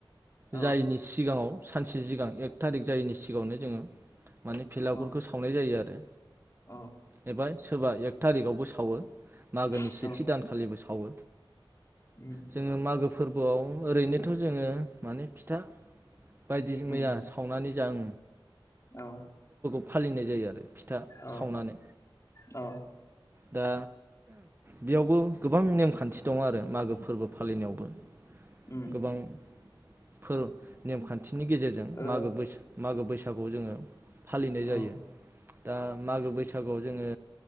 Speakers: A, on the left; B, on the right.
A: औ
B: जायिनि सिगाङाव सानसे सिगां एक थारिक जायैनि सिगाङावनो जोङो माने भेलागुरखौ
A: औ
B: सावनाय जायो आरो
A: औ
B: एबा सोरबा एक थारिकआवबो सावो मागोनि
A: औ
B: सेथि दानखालिबो सावो
A: उम
B: जोङो मागो फोरबोआव ओरैनोथ' जोङो माने फिथा बायदि
A: उम
B: मैया सावनानै जायो
A: औ
B: फालिनाय जायो आरो फिथा
A: औ
B: सावनानै
A: औ
B: दा बेयावबो गोबां नेमखान्थि दङ आरो मागो फोरबो फालिनायावबो।
A: उम
B: गोबां फोर नेमखान थिनि गेजेरजों
A: ओ
B: मागो बैसो मागो बैसो थाखौ जोङो फालिनाय जायो
A: औ औ
B: दा मागो बैसागुआव जोङो